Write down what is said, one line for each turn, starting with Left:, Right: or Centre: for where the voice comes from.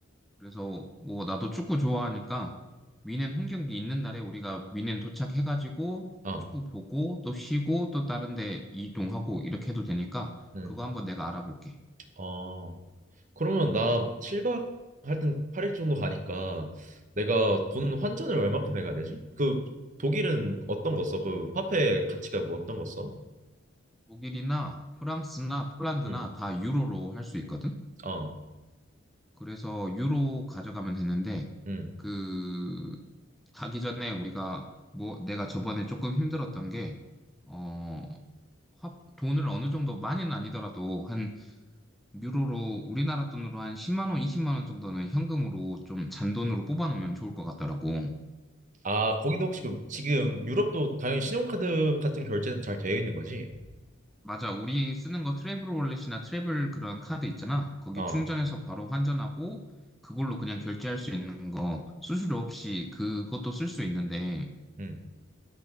Centre: 그래서 뭐 나도 축구 좋아하니까 뮌헨 홈 경기 있는 날에 우리가 뮌헨 도착해가지고
Right: 어,
Centre: 축구 보고 또 쉬고 또 다른 데 이동하고 이렇게 해도 되니까
Right: 음,
Centre: 그거 한번 내가 알아볼게.
Right: 어. 그러면 나 7박 하여튼 8일 정도 가니까 내가 돈 환전을 얼마큼 해가야 되지? 그 독일은 어떤 거 써? 그 화폐 가치가 뭐 어떤 거 써?
Centre: 독일이나 프랑스나 폴란드나
Right: 응,
Centre: 다 유로로 할 수 있거든?
Right: 어,
Centre: 그래서 유로 가져가면 되는데
Right: 응.
Centre: 그 가기 전에 우리가 뭐 내가 저번에 조금 힘들었던 게 어, 화, 돈을 어느 정도 많이는 아니더라도 한 유로로 우리나라 돈으로 한 10만 원, 20만 원 정도는 현금으로 좀 잔돈으로 뽑아 놓으면 좋을 것 같더라고.
Right: 아, 거기도 혹시 그- 지금 유럽도 당연히 신용카드 같은 결제는 잘 되어 있는 거지?
Centre: 맞아. 우리 쓰는 거 트래블 월렛이나 트래블 그런 카드 있잖아. 거기
Right: 어,
Centre: 충전해서 바로 환전하고 그걸로 그냥 결제할 수 있는 거 수수료 없이 그것도 쓸 수 있는데
Right: 응,